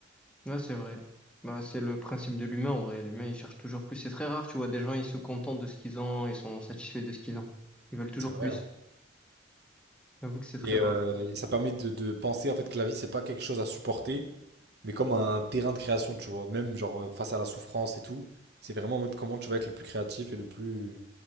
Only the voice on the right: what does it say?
C'est vrai,
hein.
Et,
euh, et ça permet de, de penser en fait que la vie, c'est pas quelque chose à supporter, mais comme un terrain de création, tu vois. Même genre euh, face à la souffrance et tout, c'est vraiment en mode comment tu vas être le plus créatif et le plus.